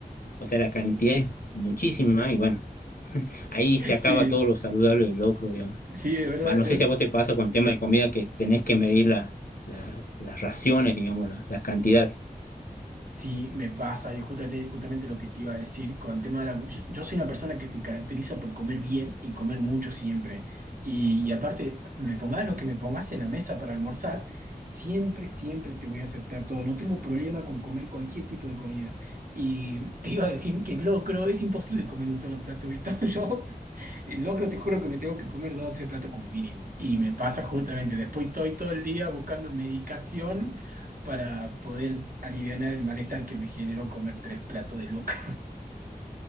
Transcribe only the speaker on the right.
Sí,
sí, es verdad.
Yo
Sí, me pasa, y justamente, justamente lo que te iba a decir con tema de la... Yo, yo soy una persona que se caracteriza por comer bien y comer mucho siempre. Y, y aparte, me pongas lo que me pongas en la mesa para almorzar, siempre, siempre te voy a aceptar todo. No tengo problema con comer cualquier tipo de comida. Y te iba a decir que locro, es imposible comer un solo plato, Víctor. <laughs> Yo el locro te juro que me tengo que comer dos o tres platos como mínimo. Y me pasa justamente, después estoy todo el día buscando medicación para poder aliviar el malestar que me generó comer tres platos de locro.